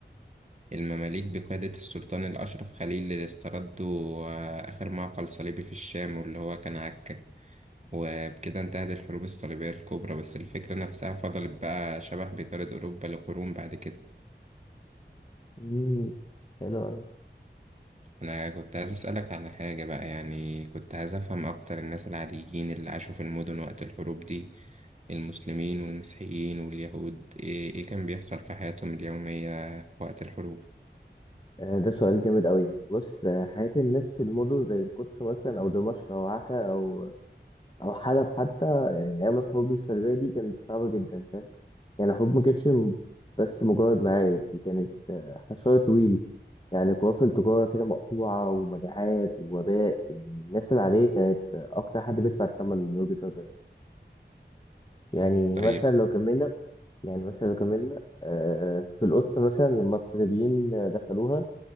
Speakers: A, on the right (about 35°); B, on the left (about 25°).
A: المماليك بقيادة السلطان الأشرف خليل اللي استردوا آه، آخر معقل صليبي في الشام واللي هو كان عكا وبكده انتهت الحروب الصليبية الكبرى بس الفكرة نفسها فضلت بقى شبه بطارد أوروبا لقرون بعد كده
B: امم حلو أوي
A: أنا كنت عايز أسألك على حاجة بقى يعني كنت عايز أفهم أكتر الناس العاديين اللي عاشوا في المدن وقت الحروب دي المسلمين والمسيحيين واليهود إيه, إيه كان بيحصل في حياتهم اليومية في وقت الحروب
B: آه، ده سؤال جامد أوي يعني بص آه، حياة الناس في المدن زي القدس مثلا أو دمشق أو عكا أو أو حلب حتى يعني أيام الحروب الصليبية دي كانت صعبة جدا فاهم يعني الحروب ما كانتش م- بس مجرد معارك دي كانت آه، حصار طويل يعني قوافل تجارة كده مقطوعة ومجاعات ووباء يعني الناس العادية كانت آه، أكتر حد بيدفع الثمن من وجهة نظري يعني
A: طيب
B: مثلا لو كملنا يعني مثلا لو كملنا آه، في القدس مثلا لما الصليبيين دخلوها